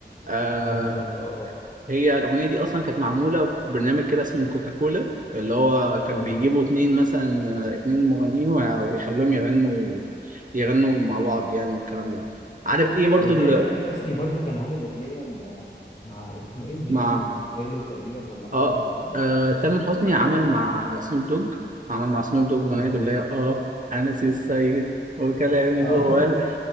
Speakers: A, on the right; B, on the left.
A: آه،
B: اه بالظبط اه اه
A: هي الأغنية دي أصلا كانت معمولة في برنامج كده اسمه كوكاكولا اللي هو كان
B: اه
A: بيجيبوا اتنين مثلا آه، اتنين مغنيين ويع- ويخلوهم يغنوا يغنوا مع بعض يعني والكلام ده عارف ايه برضو
B: هو تقريبا
A: اللي
B: تامر حسني برضو كان عامل أغنية مع مع اسمه إيه جيسون
A: مع
B: دريلو تقريبا ولا حاجة
A: اه,
B: زي كده
A: آه تامر حسني عمل مع سنوب دوج عمل مع سنوب دوج
B: اه
A: أغنية اللي هي اه أنا سي السيد وكلامي
B: اه
A: هو
B: <laughs>
A: ال-